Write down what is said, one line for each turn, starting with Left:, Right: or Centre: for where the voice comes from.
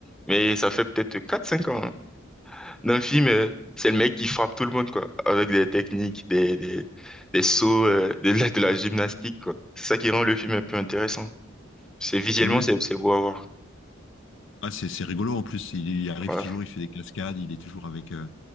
Centre: mais ça fait peut-être quatre cinq ans. hein. Dans le film, euh, c'est le mec qui frappe tout le monde, quoi, avec des techniques, des, des, des sauts, euh, de la, de la gymnastique, quoi. C'est ça qui rend le film un peu intéressant. C'est visuellement,
Left: oui,
Centre: c'est,
Left: oui.
Centre: c'est beau à voir.
Left: ah, c'est c'est rigolo en plus. Il, il arrive
Centre: Voilà.
Left: toujours, il fait des cascades, il est toujours avec. euh,